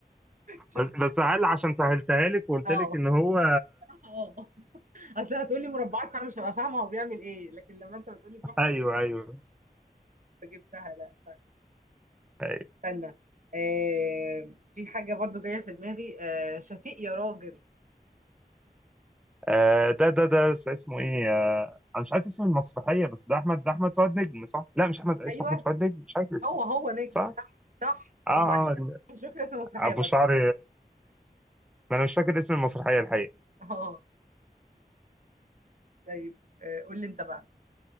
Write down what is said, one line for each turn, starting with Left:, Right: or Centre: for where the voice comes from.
Right: شفت
Centre: بس بس هل عشان سهلتها لك وقلت
Right: اه
Centre: لك ان هو
Right: <laughs> اه اصل هتقولي مربعات فانا مش هبقى فاهمه هو بيعمل ايه لكن لما انت بتقولي بيحفظ
Centre: ايوه ايوه
Right: فجبتها لا لا.
Centre: ايوه
Right: استنى آه في حاجه برضو جايه في دماغي آه شفيق يا راجل
Centre: آه ده ده ده س- اسمه ايه آه انا مش عارف اسم المسرحيه بس ده احمد ده احمد فؤاد نجم صح؟ لا مش احمد اسمه
Right: ايوه
Centre: احمد فؤاد نجم مش عارف اسمه
Right: هو هو نجم
Centre: صح؟
Right: صح صح
Centre: اه
Right: برافو عليك
Centre: اه ال-
Right: مش فاكره اسم المسرحيه
Centre: ابو
Right: برضو
Centre: شعر ما انا مش فاكر اسم المسرحيه الحقيقه
Right: اه طيب آه، قول لي انت بقى